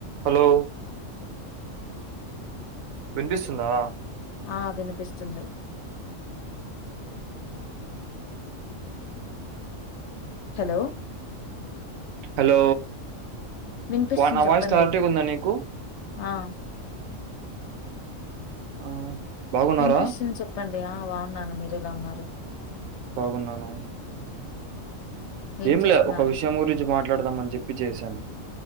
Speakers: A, on the right; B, on the left.
A: Hello వినిపిస్తుందా
B: ఆ వినిపిస్తుంది హలో
A: హలో
B: వినిపిస్తుంది
A: వాన
B: చెప్పండి.
A: వాయిస్ క్లారిటీగా ఉందా నీకు
B: ఆ
A: ఆ బాగున్నారా
B: వినిపిస్తుంది చెప్పండి ఆ బాగున్నాను మీరు ఎలా ఉన్నారు
A: బాగున్నాను
B: ఏం
A: ఏంలే
B: చేస్తున్నారు?
A: ఒక విషయం గురించి మాట్లాడదాం అని చెప్పి చేశాను